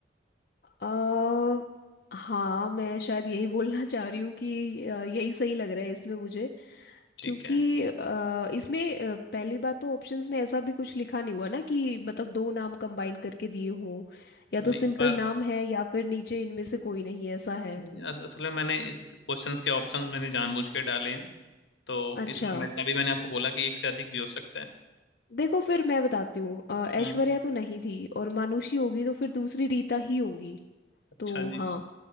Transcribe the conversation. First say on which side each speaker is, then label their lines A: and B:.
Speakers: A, on the left (about 55°); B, on the left (about 80°).
A: अ, हाँ मैं शायद यही बोलना <laughs> चाह रही हूँ कि अ, यही सही लग रहा है इसमें मुझे
B: ठीक
A: क्योंकि
B: है
A: अ, इसमें अ, पहली बात तो ऑप्शंस में ऐसा भी कुछ लिखा नहीं हुआ ना कि मतलब दो नाम कंबाइन करके दिए हों या
B: नहीं
A: तो सिंपल
B: पर
A: नाम है या फिर नीचे इनमें से कोई नहीं है ऐसा है
B: नहीं, अस- असल में मैंने इस क्वेश्चंस के ऑप्शन मैंने जानबूझ के डाले हैं तो
A: अच्छा
B: इसमें मैं तभी मैंने आपको बोला कि एक से अधिक भी हो सकता है
A: देखो फिर मैं बताती हूँ अ, ऐश्वर्या
B: हाँ
A: तो नहीं थी और मानुषी होगी तो फिर दूसरी रीता ही होगी
B: अच्छा
A: तो
B: जी
A: हाँ